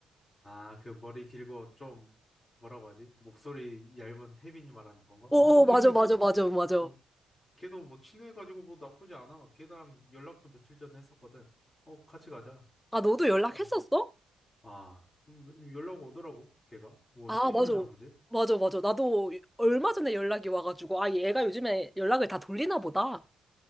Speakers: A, on the left (about 25°); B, in the centre.
A: 아, 그 머리 길고 좀 뭐라고 하지? 목소리 얇은 혜빈이 말하는 건가?
B: 오,
A: 어, 근데
B: 맞아,
A: 걔도
B: 맞아, 맞아, 맞아.
A: 어, 걔도 뭐 친해가지고 뭐 나쁘지 않아. 걔랑 연락도 며칠 전에 했었거든. 어, 같이 가자.
B: 아, 너도 연락했었어?
A: 음. 아, 음, 연락 오더라고, 걔가. 뭐
B: 아,
A: 심심했나
B: 맞아.
A: 보지?
B: 맞아, 맞아. 나도 얼마 전에 연락이 와가지고, 아, 얘가 요즘에 연락을 다 돌리나 보다.